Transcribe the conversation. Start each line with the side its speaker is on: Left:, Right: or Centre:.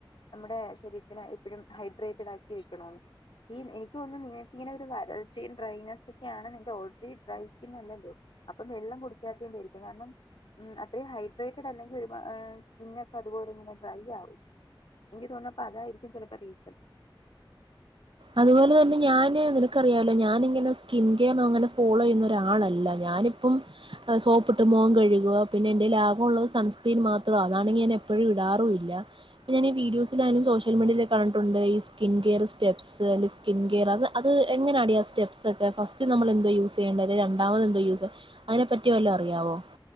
Left: നമ്മുടെ ശരീരത്തിന് എപ്പൊഴും ഹൈഡ്രേറ്റഡ് ആക്കി വെക്കണോന്ന് ഈ എനിക്ക് തോന്നുന്നു നിങ്ങക്കിങ്ങനെ ഒരു വരൾച്ചയും ഡ്രൈനെസൊക്കെയാണ് നിന്റെ ഓൾറെഡി ഡ്രൈ സ്കിൻ അല്ലല്ലോ അപ്പൊ വെള്ളം കുടിക്കാത്തതിന്റേ ആയിരിക്കും കാരണം ഉം അത്രയും ഹൈഡ്രേറ്റഡ് അല്ലെങ്കിൽ ഒരു സ്കിന്നൊക്കെ അതുപോലെ ഇങ്ങനെ ഡ്രൈ ആവും. എനിക്ക് തോണ് ണെപ്പം അതായിരിക്കും ചിലപ്പം റീസൺ.
Right: അതുപോലെ തന്നെ ഞാന് നിനക്കറിയാല്ലോ ഞാനിങ്ങനെ സ്കിൻ കെയർ അങ്ങനെ ഫോളോ ചെയ്യുന്ന ഒരാളല്ല ഞാന് അപ്പം സോപ്പിട്ട് മൊഖം കഴുകുവാ. പിന്നെ എന്റെയിൽ ആകെ ഉള്ളത് സൺസ്ക്രീൻ മാത്രോ. അതാണെങ്കി ഞാൻ എപ്പഴും ഇടാറൂല്ല. ഞാൻ ഈ വിഡിയോസിലാനും സോഷ്യൽ മീഡിയലൊക്കെ കണ്ടിട്ടുണ്ട് ഈ സ്കിൻ കെയർ സ്റ്റെ്പ്പ്സ് ത് സ്കിൻ കെയർ അത് അത് എങ്ങനെയാടി ആ സ്റ്റെ്പസ് ഒക്കെ ഫസ്റ്റ് നമ്മൾ എന്തോ യൂസ് ചെയ്യേണ്ടത് രണ്ടാമതന്തോ യൂസ് അയിനെപ്പറ്റി വല്ലോ അറിയാവോ?